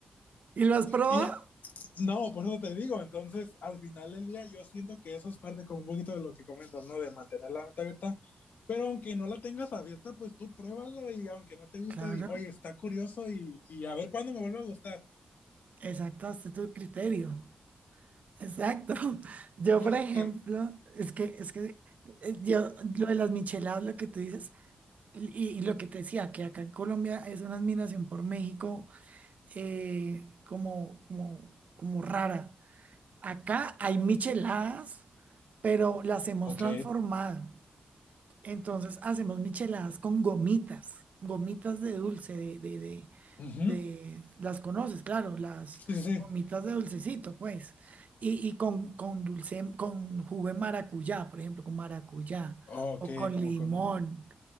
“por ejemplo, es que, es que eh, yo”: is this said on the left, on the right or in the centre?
Right